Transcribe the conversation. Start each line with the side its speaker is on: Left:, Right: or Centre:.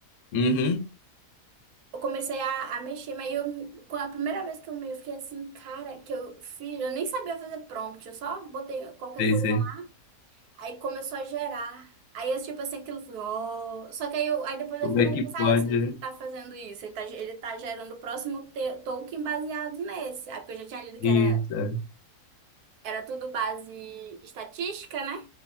Left: uhum.
Right: Eu comecei a, a mexer, mas eu, com a primeira vez que eu me eu fiquei assim, cara, que eu fiz, eu nem sabia fazer prompt, eu só botei qualquer
Left: Sei,
Right: coisa
Left: sei.
Right: lá. Aí começou a gerar. Aí eu, tipo assim, aquilo foi, ó. Só que aí, eu, aí depois eu
Left: Como
Right: fiquei
Left: é
Right: olhando
Left: que
Right: e pensei,
Left: pode?
Right: ah, eu sei
Left: é?
Right: que ele tá fazendo isso, ele tá, ge- ele tá gerando o próximo te- token baseado nesse. Aí porque eu já tinha lido que
Left: Isso.
Right: era,
Left: é.
Right: era tudo base estatística, né?